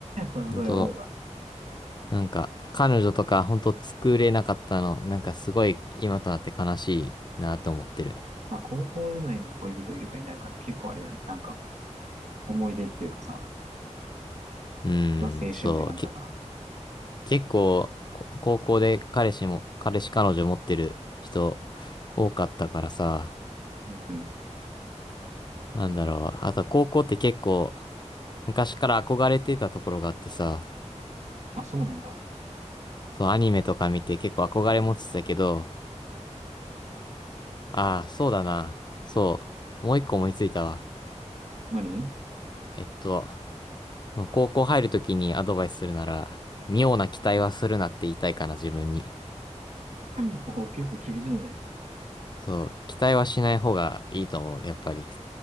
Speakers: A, on the right (about 70°); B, on the left (about 35°).
A: これもそれは思うわ。
B: 本当なんか、彼女とか本当作れなかったの、なんかすごい今となって悲しいなと思ってる。
A: まあ、高校時代の恋人いるかいないかって結構あれだよね。なんか、思い出っていうかさ、
B: うーん、
A: ザ青春って感じだからね。
B: そう、け結構、こ高校で彼氏も、彼氏彼女持ってる人多かったからさ、
A: うんうん。
B: なんだろう。あと高校って結構昔から憧れてたところがあってさ、
A: あ、そうなんだ。
B: そう、アニメとか見て結構憧れ持ってたけど、ああ、そうだな。そう。もう一個思いついたわ。
A: 何
B: えっと、高校入るときにアドバイスするなら、妙な期待はするなって言いたいかな、
A: うん。
B: 自分に。
A: <laughs> おー結構厳しいね。
B: そう、期待はしない方がいいと思う、やっぱり。